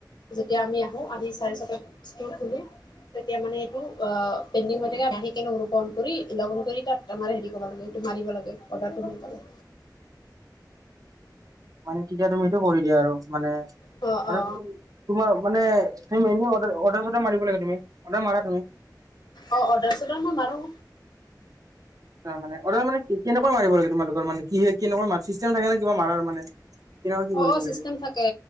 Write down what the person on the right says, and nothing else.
মানে তেতিয়া তুমটো কৰি দিয়া আৰু মানে।
আৰু
তোমাৰ মানে ছেম মেনু অৰ্ডাৰ-অৰ্ডাৰ মতে মাৰিব লাগে তুমি অৰ্ডাৰ মাৰা তুমি।
মানে অ, মানে কেনেকুৱা মাৰিব লাগে তোমালোকৰ মানে কি কেনেকুৱা চিষ্টেম থাকে নে কিবা মাৰৰ মানে। কেনেকৈ কি
কৰিব
লাগে?